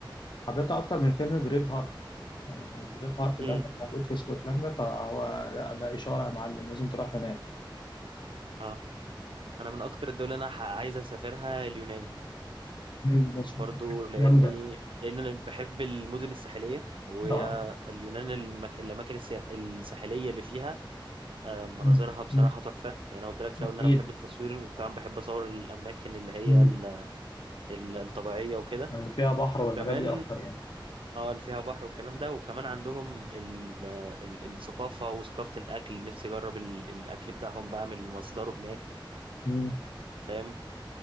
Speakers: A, on the left; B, on the right.
A: حبيتها أكتر من فيلم بريف هارت يعني بريف هارت ده
B: امم
A: كان موجود في اسكتلندا فهو لا ده إشارة يا معلم لازم تروح هناك
B: اه انا من اكتر الدول اللي انا ح- عايز اسافرها اليونان
A: مم. مصر
B: برضو لاني
A: جامدة
B: لان انا بحب المدن الساحليه وهي
A: اه
B: اليونان المك... الاماكن الساح... الساحليه اللي فيها آه، مناظرها
A: مم.
B: بصراحه
A: مم.
B: تحفه يعني أنا قلت لك في الاول
A: أكيد
B: ان انا بحب التصوير وكمان بحب اصور الاماكن اللي هي
A: مم.
B: ال... ال- الطبيعيه وكده
A: اللي فيها بحر
B: وكمان
A: والحاجات دي اكتر يعني
B: اه اللي فيها بحر والكلام ده وكمان عندهم ال... ال... الثقافه وثقافه الاكل نفسي اجرب ال... الاكل بتاعهم بقى من مصدره هناك
A: مم.
B: فاهم